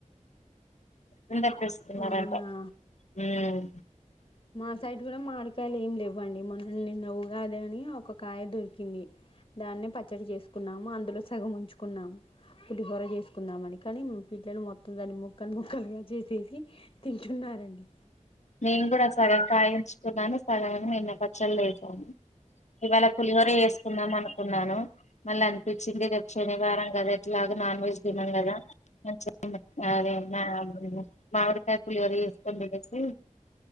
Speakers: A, on the left; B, on the left.
A: అందరు తెస్తున్నారంట
B: అవునా
A: హ్మ్
B: మా సైడ్ కూడా మాడికాయలు ఏం లేవ్వండి, మొన్న్ నిన్న ఉగాదని ఒక్క కాయ దొరికింది. దాన్ని పచ్చడి చేస్ కున్నాము అందులో సగం ఉంచుకున్నాము పులిహోర చేసుకుందామని. కానీ పిల్లలు మొత్తం దాన్ని ముక్కలు ముక్కలుగా చేసేసి తింటున్నారండి.
A: నేను కూడా సగం కాయుంచుకున్నాను సగం నిన్న పచ్చల్లో వేశాను. ఇవ్వాళ పులిహోర చేసుకుందాం అనుకున్నాను, మళ్ళనిపిచ్చింది రేపు శనివారం కదా ఎట్లాగో నాన్ వెజ్ తినం కదా మంచిగా తిందాం అదే నా మ్మ్ మామిడికాయ పులిహోర చేసుకొని తినేసి